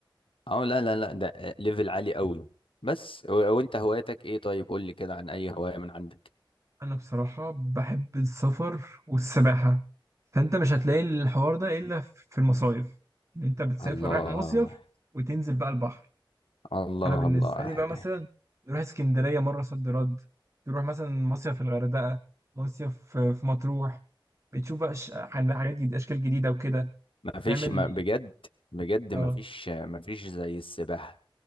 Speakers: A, on the left; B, on the right.
A: اه لا لا لا ده ليفل عالي قوي بس و- وانت هوايتك ايه طيب قول لي كده عن اي هواية من عندك
B: انا بصراحة بحب السفر والسباحة فانت مش هتلاقي الحوار ده الا في المصايف ان انت بتسافر
A: الله
B: رايح مصيف وتنزل بقى البحر
A: الله
B: فانا بالنسبة
A: الله
B: لي بقى مثلا نروح اسكندرية مرة صد رد تروح مثلا مصيف في الغردقة مصيف في في مطروح بتشوف بقى ش- حاجات جديدة اشكال جديدة وكده
A: ما
B: بتعمل
A: فيش ما بجد بجد ما
B: اه
A: فيش ما فيش زي السباحة